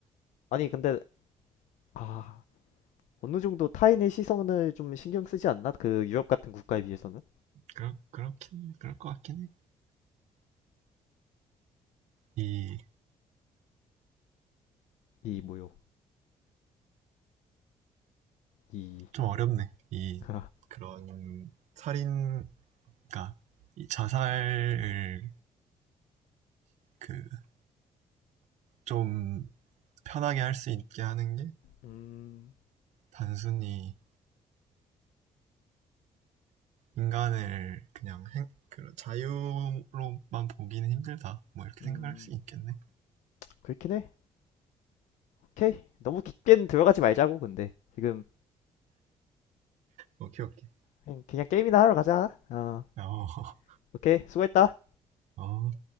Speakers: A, on the left; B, on the right.
A: 아니 근데 아 어느 정도 타인의 시선을 좀 신경 쓰지 않나? 그 유럽 같은 국가에 비해서는?
B: 그럴 그렇긴 그럴 것 같긴 해. 이
A: 이 뭐요? 이
B: 좀 어렵네. 이
A: <laughs>
B: 그런 살인 그러니까 이 자살을 그 좀 편하게 할 수 있게 하는 게
A: 음,
B: 단순히 인간을 그냥 행, 그 자유로만 보기는 힘들다. 뭐 이렇게
A: 음,
B: 생각할 수 있겠네.
A: 그렇긴 해. 오케이. 너무 깊게는 들어가지 말자고, 근데. 지금,
B: 오케이, 오케이.
A: 그냥, 그냥 게임이나 하러 가자. 어,
B: 어,
A: 오케이. 수고했다.
B: <laughs> 어.